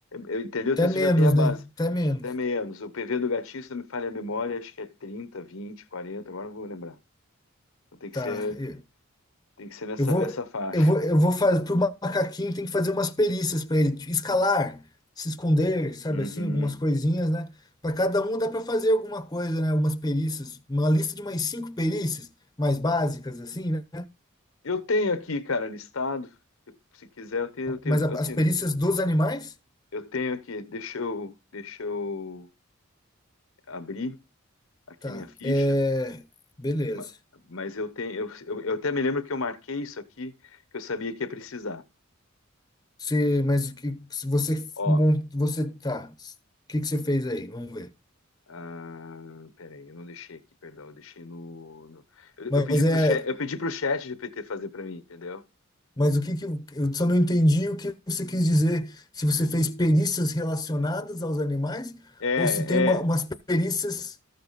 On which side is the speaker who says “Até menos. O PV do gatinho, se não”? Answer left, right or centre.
Left